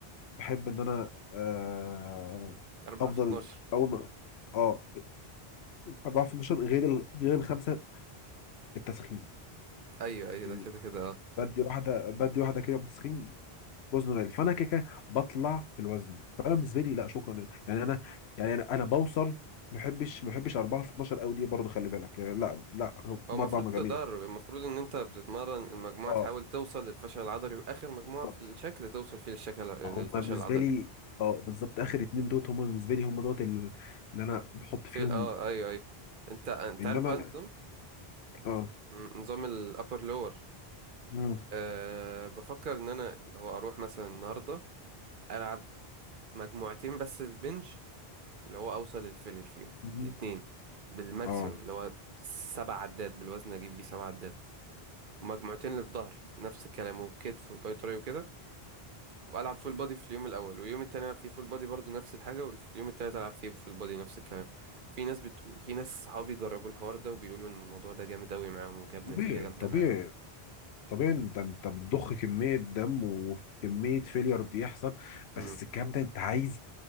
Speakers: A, on the left; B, on the right.
A: بحب ان انا آه،
B: مم. أربعة
A: افضل
B: في 12
A: اول ما اه 14 غير ال... غير الخمسه التسخين
B: ايوه ايوه
A: يعني
B: ده كده كده اه
A: بدي واحده بدي واحده كده بتسخين وزنه غالي فانا كده كده بطلع في الوزن فانا بالنسبه لي لا شكرا يعني انا يعني انا انا بوصل ما بحبش ما بحبش 4 في 12 قوي دي برضه خلي بالك يعني لا لا هم
B: هو المفروض
A: اربع مجاميع
B: تدرج المفروض ان انت بتتمرن المجموعة
A: اه
B: تحاول توصل للفشل العضلي واخر مجموعة
A: بالظبط
B: في الشكل توصل فيه للشكل للفشل
A: هم بالنسبه
B: العضلي
A: لي اه بالظبط اخر اتنين دوت هم بالنسبه لي هم دوت ال- اللي انا بحط فيهم
B: في ال- اه ايوه ايوه انت انت
A: انما
B: عارف بقى نظام
A: اه
B: ن- نظام الابر لور
A: مم.
B: أه بفكر ان انا اللي هو اروح مثلا النهارده العب مجموعتين بس البنج اللي هو اوصل للفيلير فيهم
A: مم.
B: الاتنين بالماكسيمم
A: اه
B: اللي هو سبع عدات بالوزن اجيب بيه سبع عدات ومجموعتين للظهر نفس الكلام وكتف والباي تراي وكده والعب فول بودي في اليوم الاول واليوم التاني العب فيه فول بودي برضه نفس الحاجه واليوم التالت العب فيه فول بودي نفس الكلام في ناس بتقول في ناس صحابي جربوا الحوار ده وبيقولوا ان الموضوع ده جامد قوي معاهم وجاب
A: طبيعي
B: نتيجه جامده
A: طبيعي
B: معاهم
A: طبيعي ده انت بتضخ كميه دم وكميه فيلير بيحصل بس
B: امم
A: الكلام ده انت عايز